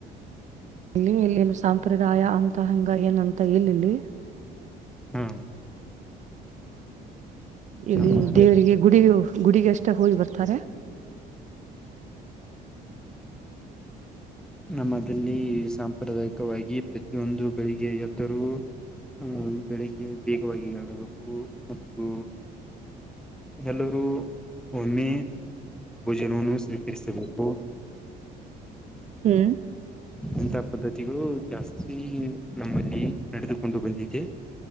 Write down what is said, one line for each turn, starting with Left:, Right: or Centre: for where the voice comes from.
Right: ಇಲ್ಲಿ ಎಲ್ಲಿೇನು ಸಾಂಪ್ರದಾಯ ಅಂತಹಂಗ ಏನು ಅಂತ ಎಲ್ಲಿಲ್ಲಿ
Centre: ಹಾ
Right: ಇಲ್ಲಿ
Centre: ನಮ್ಮ
Right: ದೇವರಿಗೆ ಗುಡು ಗುಡಿಿಗೆ ಎಷ್ಟ ಹೋಜ ಬರ್ತಾರೆ
Centre: ನಮ್ಮಲ್ಲಿ ಸಾಂಪ್ರದಾಯಿಕವಾಗಿ ಪ್ರತಿಯೊಂದು ಬೆಳಿಗ್ಗೆ ಎದ್ದರೂ ಅಹ ಬೆಳಿಗ್ಗೆ ಬೇಗವಾಗಿ ಆಗಬೇಕು ಮತ್ತು ಎಲ್ಲರು ಒಮ್ಮಿ ಜನೂನು ಸ್ವೀಕರಿಸು
Right: ಹ್ಮ್
Centre: ಇಂಥ ಪದ್ಧತಿಗಳು ಜಾಸ್ತಿ ನಮ್ಮಲ್ಲಿ ನಡೆದುಕೊಂಡು ಬಂದಿದೆ